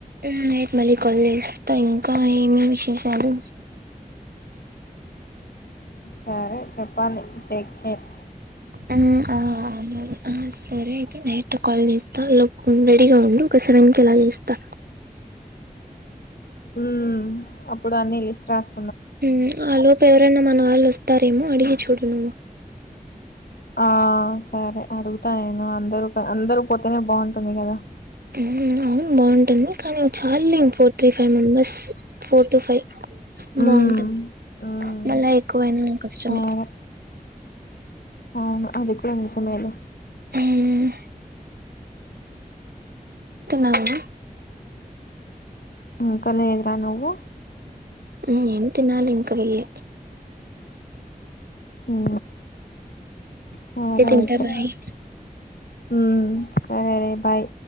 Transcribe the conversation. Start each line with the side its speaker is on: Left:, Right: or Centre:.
Right: ఉ నైట్ మళ్ళీ కాల్ చేస్తా ఇంకా ఏమి విశేషాలు
Left: సరే చెప్పాలి టేక్ కేర్
Right: ఉ ఆ ఆ సరే అయితే నైట్ కాల్ చేస్తా ఆ లోపు నువ్వు రెడీగా ఉండు ఒక సెవెన్ కి అలా చేస్తా
Left: ఉ అప్పుడు అన్ని లిస్ట్ రాస్
Right: ఉ ఆ లోపు ఎవరైనా మన వాళ్ళు వస్తారేమో అడిగి చూడు హు
Left: ఆ సరే అడుగుతా నేను అందరు అందరు పోతేనే బాగుంటుంది కదా
Right: ఉ అవును బావుంటుంది కానీ చాల్లే ఫోర్ త్రీ ఫైవ్ మ మెంబర్స్ ఫోర్ టు ఫైవ్
Left: ఉమ్,
Right: బావుంటది
Left: ఉమ్,
Right: మళ్ళా ఎక్కువైనా కష్టమె
Left: సరే అవును అది కూడా నిజమేలే
Right: ఉమ్ తిన్నావా
Left: ఊకనే ఏందిరా నువ్వు
Right: నేనేం తినాలి ఇంక పొయ్యి
Left: ఊ సరే
Right: తింటా
Left: అయితే
Right: బాయ్
Left: ఊమ్ సరే బాయ్